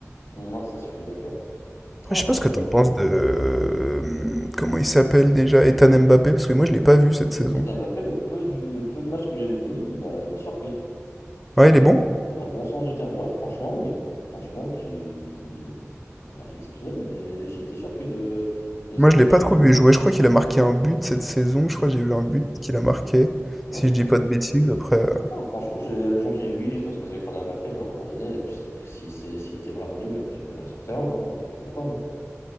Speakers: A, on the left (about 80°); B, in the centre.
A: Non, ça, je suis d'accord.
B: après
A: Non,
B: je
A: Après,
B: sais pas ce que
A: euh,
B: t'en penses de... hum, Comment il s'appelle déjà? Ethan Mbappé, parce que moi je l'ai pas vu cette saison.
A: Ethan Mbappé, le peu de, de peu de matchs que j'ai vu de lui, il m'a il m'a surpris.
B: Ouais, il
A: Dans
B: est bon?
A: le, dans le bon sens du terme. Ouais, franchement, oui. Franchement, qui il est. on dire qu'il est exceptionnel, mais j'ai été surpris de, de ces
B: Moi je
A: matchs.
B: l'ai pas trop vu jouer, je crois qu'il a marqué un but cette saison, je crois que j'ai vu un but qu'il a marqué,
A: Moi,
B: si
A: c'est
B: je dis
A: possible.
B: pas de bêtises, après... euh,
A: Ah Non, franchement, j'ai les gens qui jouissent parce que c'est les frères d'Mbappé, à un moment donné, tu serais- si c'est- s'il était vraiment nul, tu le verrais sur le terrain, hein, il jouerait pas. hein.